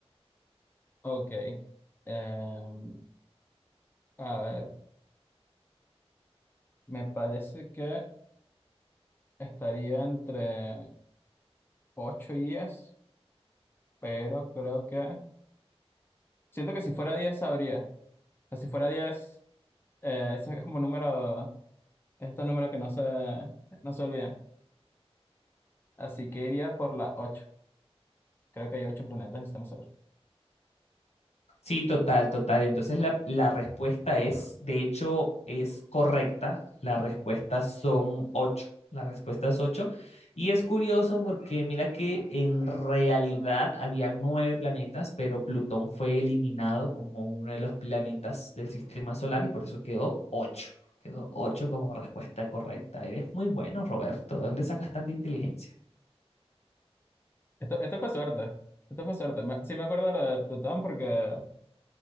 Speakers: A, on the left; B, on the left.
A: ok. Em, a ver, me parece que estaría entre 8 y 10, pero creo que... Siento que si fuera 10 sabría. O sea, si fuera diez Eh, eso es como un número, estos números que no se, no se olvidan. Así que iría por la ocho Creo que hay 8 planetas en el sistema solar.
B: Sí, total, total. Entonces la, la respuesta es, de hecho, es correcta. La respuesta son ocho. La respuesta es ocho. Y es curioso porque mira que en realidad había nueve planetas, pero Plutón fue eliminado como uno de los planetas del sistema solar y por eso quedó ocho. Quedó ocho como respuesta correcta. Eres muy bueno, Roberto. ¿De dónde sacas tanta inteligencia?
A: Esto, esto fue suerte. Esto fue suerte. Me- sí me acuerdo de la de Plutón porque